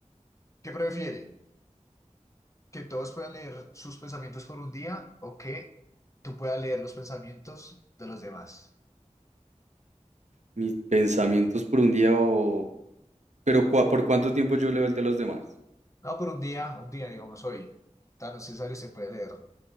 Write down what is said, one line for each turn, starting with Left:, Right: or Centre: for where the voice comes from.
Left: ¿Qué prefiere? ¿Que todos puedan leer sus pensamientos por un día o que tú puedas leer los pensamientos de los demás?
Right: Mis pensamientos por un día o... Pero cua- ¿por cuánto tiempo yo leo el de los demás?
Left: No, pero un día, un día, digamos hoy, tan necesario se puede leer